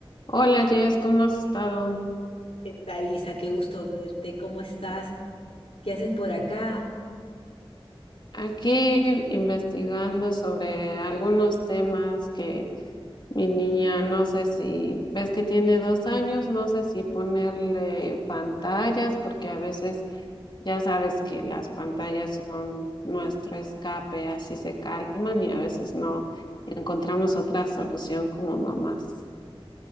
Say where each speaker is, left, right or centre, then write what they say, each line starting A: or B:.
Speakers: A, on the left; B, on the left.
A: Hola Jess, ¿cómo has estado?
B: ¿Qué tal, Isa? Qué gusto verte. ¿Cómo estás? ¿Qué haces por acá?
A: Aquí investigando sobre algunos temas que mi niña, no sé si, ves que tiene dos años, no sé si ponerle pantallas, porque a veces ya sabes que las pantallas son nuestro escape, así se calman y a veces no encontramos otra solución como mamás.